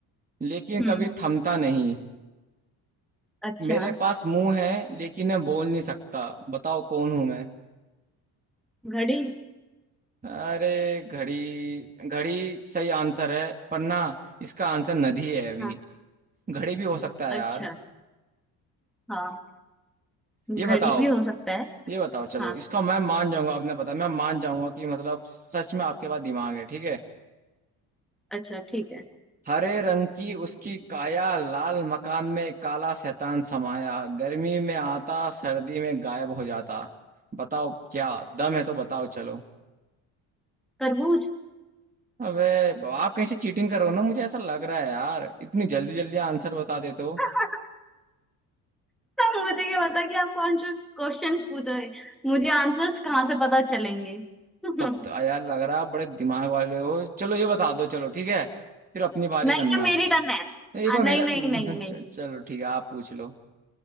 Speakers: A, on the right (about 20°); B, in the centre.
A: लेकिन
B: हम्म
A: कभी थमता नहीं
B: अच्छा
A: मेरे पास मुंह है लेकिन मैं बोल नहीं सकता बताओ कौन हूं मैं
B: घड़ी
A: अरे घड़ी घड़ी सही आंसर है पर ना इसका आंसर नदी है अभी
B: हाँ
A: घड़ी भी हो सकता है यार
B: अच्छा हाँ घड़ी
A: ये बताओ
B: भी हो सकता है
A: ये बताओ चलो
B: हाँ
A: इसका मैं मान जाऊंगा आपने बताया मैं मान जाऊंगा कि मतलब सच में आपके पास दिमाग है ठीक है
B: अच्छा ठीक है
A: हरे रंग की उसकी काया लाल मकान में काला शैतान समाया गर्मी में आता सर्दी में गायब हो जाता बताओ क्या दम है तो बताओ चलो
B: तरबूज
A: अबे आप कहीं से चीटिंग करो ना मुझे ऐसा लग रहा है यार इतनी जल्दी जल्दी आंसर बता देते हो
B: <laughs> अब मुझे क्या पता कि आप कौन से क्वेश्चंस पूछोगे मुझे आंसर्स कहाँ से पता चलेंगे <laughs> नहीं
A: तब तो यार लग रहा है आप बड़े दिमाग वाले हो चलो ये बता दो चलो ठीक है फिर अपनी बारी
B: ये
A: करना
B: मेरी टर्न है आ,
A: एक बार
B: नहीं
A: मेरा
B: नहीं
A: <laughs> च-
B: नहीं नहीं
A: चलो ठीक है आप पूछ लो